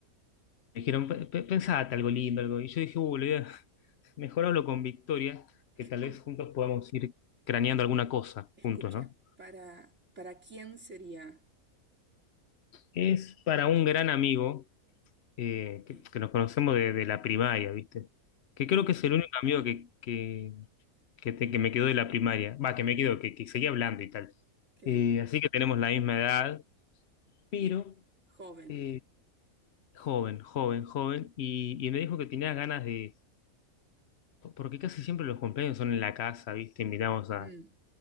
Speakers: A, on the left; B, on the right.
A: Me dijeron, "Pe- pe- pensate algo lindo, algo. Y yo dije, uh, le voy a- <laughs> mejor hablo con Victoria,
B: escu-
A: que tal vez juntos podamos ir craneando alguna cosa
B: escucha,
A: juntos, ¿no?
B: ¿para, para quién sería?
A: Es para un gran amigo eh,
B: Sí.
A: que, que nos conocemos de, de la primaria, ¿viste? Que
B: Bu-
A: creo que es el único amigo que, que, que, te- que me quedó de la primaria. Va, que me quedó, que, que seguía hablando y tal.
B: Ok,
A: Eh, así que tenemos la misma edad, pero
B: bien. Joven.
A: eh, joven, joven, joven. Y, y me dijo que tenía ganas de Porque casi siempre los cumpleaños son en la casa, ¿viste? Invitamos a
B: Mm,